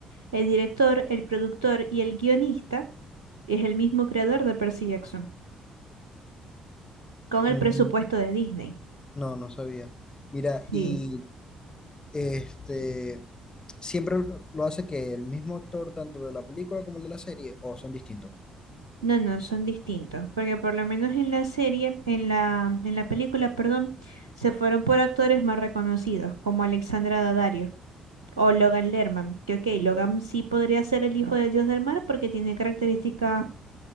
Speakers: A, on the right; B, on the left.
A: el director, el productor y el guionista es el mismo creador de Percy Jackson. con el
B: Mm,
A: presupuesto de Disney.
B: No, no sabía. Mira,
A: Sí.
B: y Este, siempre lo hace que el mismo actor, tanto de la película como el de la serie, o son distintos.
A: No, no, son distintos, porque por lo menos en la serie, en la, en la película, perdón, se fueron por actores más reconocidos, como Alexandra Daddario o Logan Lerman, que ok, Logan sí podría ser el hijo del dios del mar porque tiene características